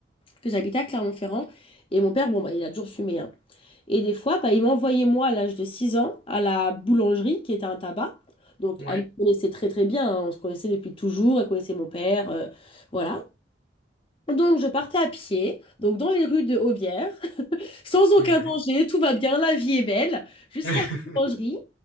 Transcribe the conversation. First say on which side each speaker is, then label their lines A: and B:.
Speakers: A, on the left (about 30°); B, on the left (about 85°).
A: Que j'habitais à Clermont-Ferrand et mon père, bon, bah, il a toujours fumé. hein. Et des fois, bah, ils m'envoyaient moi à l'âge de 6 ans à la boulangerie qui était un tabac. Donc,
B: Ouais.
A: elle me connaissait très très bien, hein. On se connaissait depuis toujours, elle connaissait mon père, euh, voilà. Donc, je partais à pied, donc dans les rues de Aubière, sans aucun
B: Mmh, Ouais.
A: danger, tout va bien, la vie est belle. Jusqu'à
B: <laughs>
A: la boulangerie,